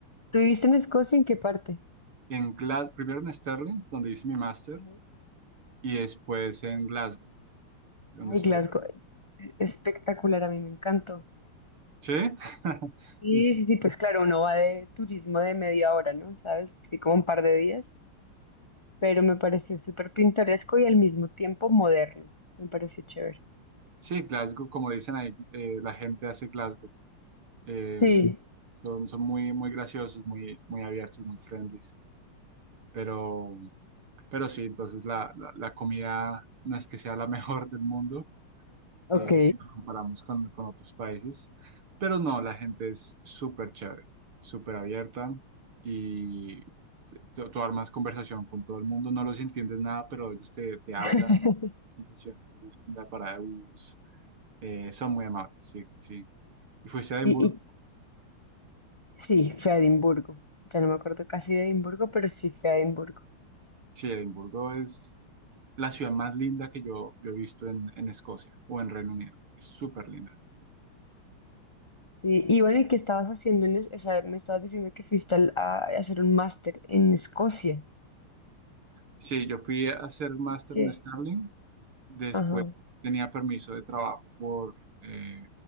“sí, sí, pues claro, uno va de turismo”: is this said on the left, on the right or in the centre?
Left